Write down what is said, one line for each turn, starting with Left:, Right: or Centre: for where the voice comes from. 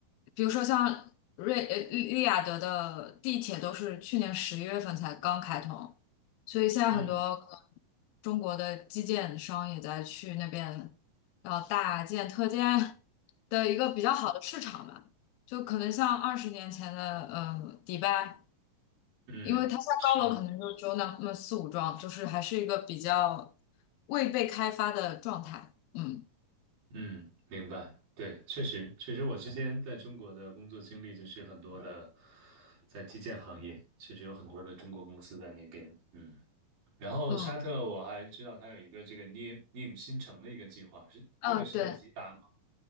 Left: 比如说像瑞呃利利雅得的地铁都是去年十一月份才刚开通，所以现在很多可能
Right: 嗯
Left: 中国的基建商也在去那边，然后大建特建的一个比较好的市场吧。就可能像二十年前的呃迪拜，
Right: 嗯，
Left: 因为它在高楼可能就只有那么四五幢，
Right: 是。
Left: 就是还是一个比较未被开发的状态。嗯
Right: 嗯，明白。对，确实，确实，我之前在中国的工作经历就是很多的，在基建行业，确实有很多的中国公司在那边。嗯，然后沙特我还知道它有一个这个
Left: 嗯
Right: n e o NEOM 新城的一个计划，是那个是在吉达吗？
Left: 嗯，对，